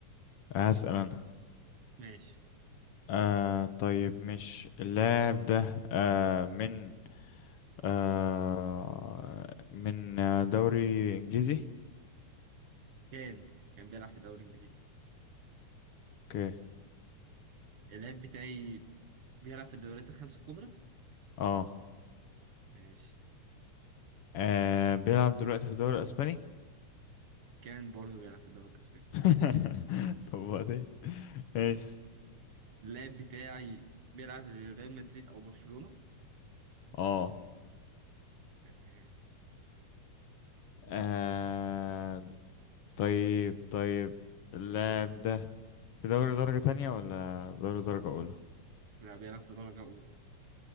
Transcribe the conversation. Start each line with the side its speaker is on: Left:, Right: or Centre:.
Left: هسأل أنا
Right: ماشي
Left: آه طيب مش اللاعب ده آه من آه من آه، دوري إنجليزي
Right: كان كان بيلعب في الدوري الإنجليزي
Left: اوكي
Right: اللعيب بتاعي بيلعب في الدوريات الخمس الكبرى
Left: اه
Right: ماشي
Left: آه، بيلعب دلوقتي في الدوري الإسباني
Right: كان برضه بيلعب في الدوري الأسباني
Left: <laughs> طب وبعدين ماشي
Right: اللعيب بتاعي بيلعب لريال مدريد أو برشلونة
Left: اه
Right: تمام
Left: آه، طيب طيب اللاعب ده في دوري درجة تانية ولا دوري درجة أولى؟
Right: لا بيلعب في درجة أولى